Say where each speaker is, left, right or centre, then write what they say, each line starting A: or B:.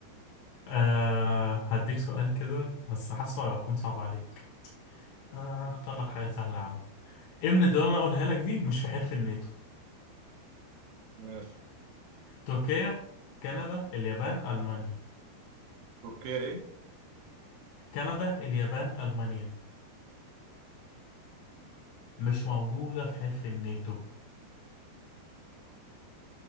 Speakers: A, on the left; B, on the right.
A: آه هديك سؤال كده بس حاسه هيكون صعب عليك آه اختار لك حاجة سهلة يا عم ايه من الدول اللي انا اقولها لك دي مش في حلف الناتو
B: ماشي
A: تركيا كندا اليابان المانيا
B: تركيا ايه
A: كندا اليابان المانيا مش موجودة في حلف الناتو